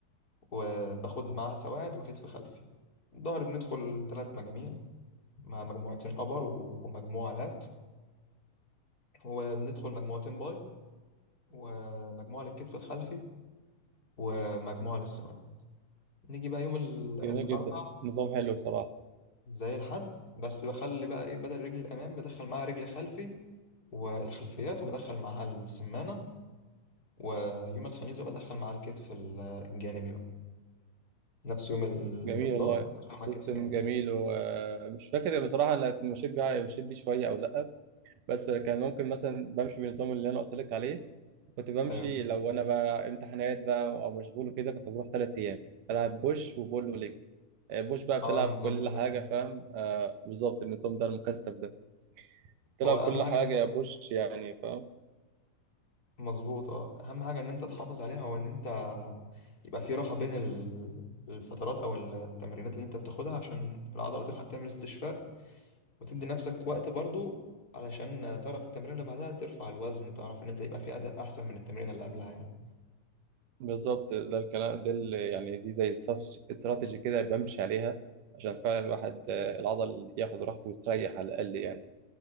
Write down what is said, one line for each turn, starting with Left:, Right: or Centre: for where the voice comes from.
Left: وباخد معاه سواعد وكتف خلفي الظهر بندخل ثلاث مجاميع مع مجموعتين ابر و- ومجموعة لات وبندخل مجموعتين باي ومجموعة للكتف الخلفي ومجموعة للسواعد نيجي بقى يوم ال-
Right: جميل
Left: الأربع
Right: جدا نظام حلو بصراحة
Left: زي الحد بس بخلي بقى إيه بدل رجل الأمام بدخل معاها رجل خلفي والخلفيات وبدخل معاها السمانة ويوم الخميس بقى بدخل معاها الكتف ال- الجانبي بقى نفس يوم ال-
Right: جميل
Left: الظهر
Right: والله
Left: بدخل
Right: سيستم
Left: معاها كتف جانبي
Right: جميل ومش فاكر بصراحة أنا مشيت بيه مشيت بيه شوية أو لأ بس كان ممكن مثلا بمشي بالنظام اللي انا قلت لك عليه كنت بمشي
Left: أيوه
Right: لو انا بقى امتحانات بقى او مشغول وكده كنت بروح ثلاث ايام بلعب بوش وبول وليج آه، بوش بقى
Left: اه
Right: بتلعب
Left: النظام
Right: كل
Left: ده
Right: حاجه فاهم آه بالظبط النظام ده المكثف ده بتلعب
Left: هو أهم
Right: كل
Left: حاجة
Right: حاجه
Left: إن أنت
Right: يا بوش
Left: <laughs>
Right: يعني فاهم
Left: مظبوط اه أهم حاجة إن أنت تحافظ عليها هو إن أنت يبقى في راحة بين ال- الفترات أو التمرينات اللي أنت بتاخدها عشان العضلة تلحق تعمل استشفاء وتدي نفسك وقت برضو علشان تعرف التمرين اللي بعدها ترفع الوزن تعرف ان انت يبقى في اداء احسن من التمرين اللي قبلها يعني
Right: بالظبط ده الكلام ده اللي يعني دي زي استراتيجي استراتيجي كده بمشي عليها عشان فعلا الواحد آه، العضل ياخد راحته ويستريح على الاقل يعني